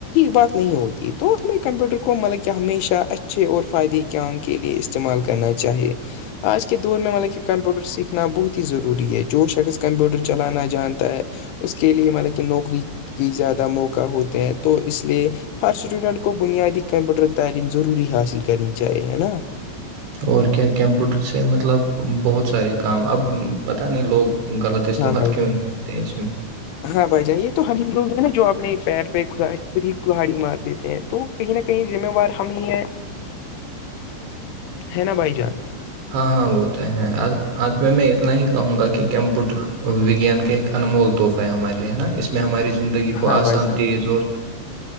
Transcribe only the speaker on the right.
اور کیا کمپیوٹر سے مطلب بہت سارے کام اب پت نہیں لوگ غلط استعمال
کیوں
نہیں کرتے ہیں اس میں
<inaudible>
ہاں ہاں وہ تو ہے آج میں میں اتنا ہی کہوں گا کہ کمپیوٹر وجان کا ایک انمول توحفہ ہمارے لے ہے نا اس میں ہماری زندگی کو
آسان
تیز اور